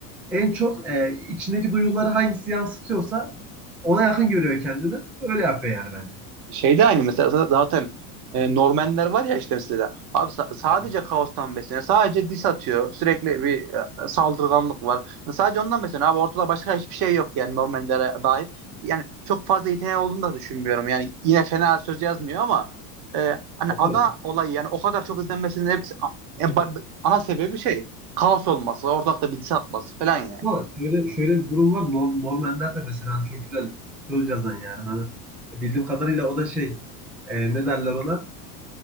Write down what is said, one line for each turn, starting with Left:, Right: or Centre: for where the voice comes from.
Centre: en çok e, içindeki duyguları hangisi yansıtıyorsa ona yakın görüyor kendini. Öyle yapıyor yani bence.
Right: şeyde aynı mesela zaten e, Normanler var ya işte mesela abi sa- sadece
Centre: Yani,
Right: kaostan besleniyor. Sadece dis atıyor. Sürekli bir e, saldırganlık var. Sadece ondan besleniyor. Abi ortada başka hiçbir şey yok yani Normanlere dair. Yani çok fazla yeteneği olduğunu da düşünmüyorum. Yani yine fena söz yazmıyor ama e, hani
Centre: anladın
Right: ada
Centre: mı?
Right: olayı yani o kadar çok izlenmesinin hepsi a- e, ba- ana sebebi şey kaos olması, ortalıkta bir dis atması falan yani.
Centre: Ama şöyle, şöyle bir durum var. Norm, Norm Ender de mesela hani çok güzel söz yazan yani. Hani bildiğim kadarıyla o da şey e, ne derler ona?